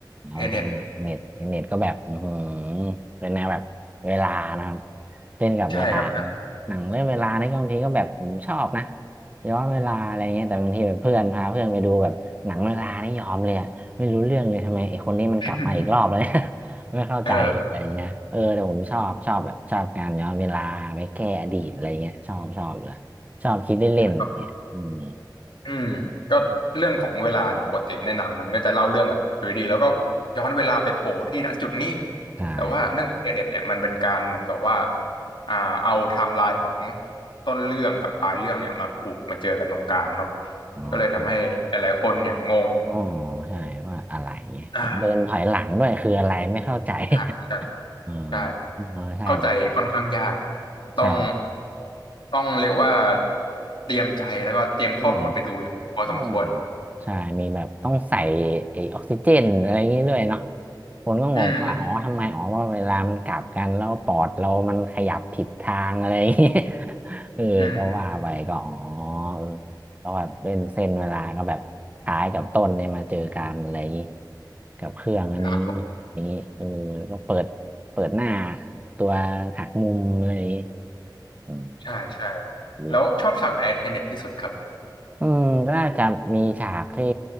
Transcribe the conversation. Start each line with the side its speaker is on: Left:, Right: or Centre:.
Right: เอาไปเทนเน็ตเน็ตเทนเน็ตก็แบบอือหือ
Left: เทเน็ต
Right: เป็นแนวแบบเวลานะครับเล่นกับเวลานะหนังเรื่องเวลานี่ก็บางทีก็แบบผมชอบนะ
Left: ใช่ครับ
Right: ย้อนเวลาอะไรเงี้ยแต่บางทีแบบเพื่อนพาเพื่อนไปดูแบบหนังเวลานี่ยอมเลยอะไม่รู้เรื่องเลยทำไมไอ้คนนี้มันกลับมาอีกรอบเลย
Left: <laughs>
Right: ไม่เข้าใจอะไรเงี้ยเออแต่ผมชอบชอบแบบชอบการย้อนเวลาไปแก้อดีตอะไรเงี้ยชอบชอบอยู่แล้วชอบคิดเล่นๆเงี้ยอืม
Left: เออครับอืมก็เรื่องของเวลาเนี่ยปกติในหนังมันก็จะเล่าเรื่องแบบอยู่ดีๆแล้วก็ย้อนเวลาไปโผล่ที่ณจุดนี้
Right: ใช่
Left: แต่ว่าเรื่องของเทเน็ตเนี่ยมันเป็นการเหมือนกับว่าอ่าเอาไทม์ไลน์ของต้นเรื่องกับปลายเรื่องเนี่ยมาผูกมาเจอกันตรงกลางเนาะ
Right: อ๋ออ๋อ
Left: มันก็เลยทำให้หลายๆคนเนี่ยงง
Right: อ๋อใช่ว่าอะไรเงี้ยเห็นเดินถอยหลังด้วยคืออะไรไม่เข้าใจ
Left: อ่าใช่ใช่
Right: <laughs> เออ
Left: ใช่
Right: เออใช่
Left: เข้าใจค่อนข้างยากต้อง
Right: ใช่
Left: ต้องเรียกว่าเตรียมใจแล้วก็เตรียมข้อมูลไปดูอยู่พอสมควร
Right: อืม อืมใช่มีแบบต้องใส่ไอออกซิเจนอะไรอย่างนี้ด้วยเนาะคนก็งงว่าอ๋อทำไมอ๋อว่าเวลามันกลับกันแล้วปอดเรามันขยับผิดทางอะไรอย่างนี้
Left: อืมอืม
Right: <laughs> เออก็ว่าไปก็อ๋อ
Left: อืม
Right: เออก็แบบเล่นเส้นเวลาก็แบบท้ายกับต้นเนี่ยมาเจอกันอะไรอย่างนี้กับเครื่องอันนี้
Left: ครับผม
Right: อย่างนี้เออก็เปิดเปิดหน้าตัวหักมุมอะไรอย่างนี้อืม
Left: ใช่ใช่
Right: ดี
Left: แล้วชอบฉากไหนเทเน็ตที่สุดครับ
Right: อืมก็น่าจะมีฉากที่